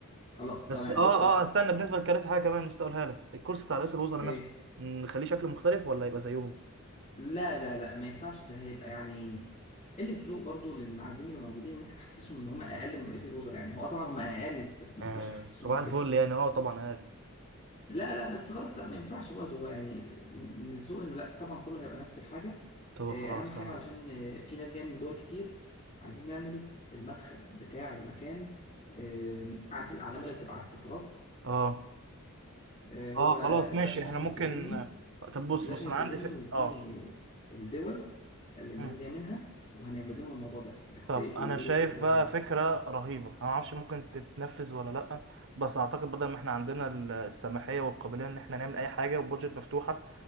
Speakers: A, on the left; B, on the right.
A: خلاص تمام
B: بس اه
A: بص بقى
B: اه استنى بالنسبه للكراسي حاجه كمان نسيت اقولها لك الكرسي بتاع رئيس الوزراء
A: ايه
B: نفسه نخليه شكله مختلف ولا يبقى زيهم
A: لا لا لا ما ينفعش ده هيبقى يعني قلة ذوق برضو للمعازيم اللي موجودين ان احنا نحسسهم ان هم اقل من رئيس الوزراء يعني هو طبعا هم اقل بس ما
B: آه
A: ينفعش نحسسهم
B: صباح
A: بكده
B: الفل يعني اه طبعا
A: ف-
B: اقل
A: لا لا بس خلاص لا ما ينفعش برضو هو يعني من الذوق انه لا طبعا كله هيبقى نفس الحاجة
B: طب
A: إيه،
B: خلاص
A: اهم حاجة
B: تمام
A: علشان إيه، في ناس جاية من دول كتير عايزين نعمل المدخل بتاع المكان إيه، عارف الأعلام اللي بتبقى على السفارات
B: اه
A: آه، هو
B: اه خلاص
A: الباشا
B: ماشي
A: يعني
B: احنا
A: هيكلمني
B: ممكن طب بص
A: الباشا
B: بص
A: هيكلمني
B: انا عندي فك...
A: ويديني
B: اه
A: الدول اللي الناس
B: مم.
A: جايه منها وهنعمل لهم الموضوع ده انت كنت
B: طب
A: ايه بتقول
B: انا
A: ايه
B: شايف
A: الفكره
B: بقى
A: اللي عندك
B: فكرة رهيبة انا ما اعرفش ممكن تتنفذ ولا لا بس اعتقد بدل ما احنا عندنا ال- السماحية والقابلية ان احنا نعمل اي حاجة وبودجت مفتوحة